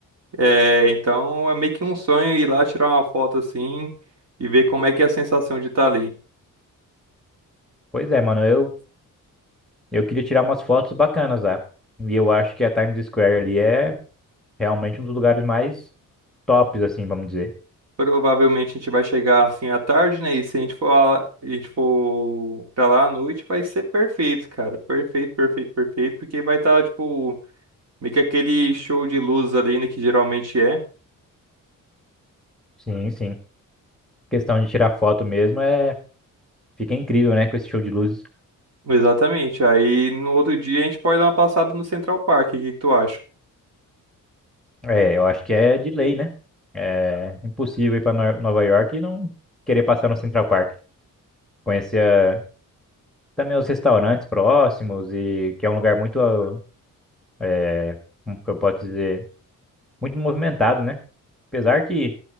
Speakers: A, on the right; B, in the centre.
A: É, então é meio que um sonho ir lá tirar uma foto assim e ver como é que é a sensação de estar ali.
B: Pois é, mano, eu, eu queria tirar umas fotos bacanas lá. E eu acho que a Times Square ali é realmente um dos lugares mais tops, assim, vamos dizer.
A: Provavelmente a gente vai chegar assim à tarde, né? E se a gente for, lá- a gente for pra lá à noite, vai ser perfeito, cara. Perfeito, perfeito, perfeito, porque vai estar, tipo, meio que aquele show de luzes ali, né? Que geralmente é.
B: Sim, sim. Questão de tirar foto mesmo é, fica incrível, né, com esse show de luzes.
A: Exatamente. Aí no outro dia a gente pode dar uma passada no Central Park. O que que tu acha?
B: É, eu acho que é de lei, né? É impossível ir para Nova York e não querer passar no Central Park. Conhecer ah, também os restaurantes próximos e que é um lugar muito, ah, eh, como que eu posso dizer, muito movimentado, né? Apesar que